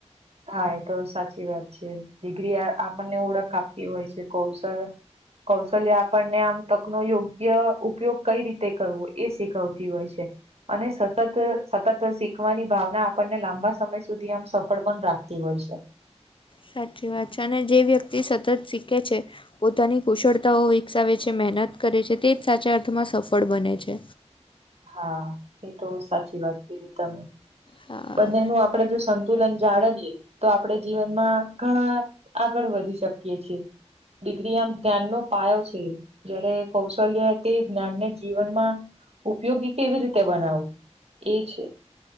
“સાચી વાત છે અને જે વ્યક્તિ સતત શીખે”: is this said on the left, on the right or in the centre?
Left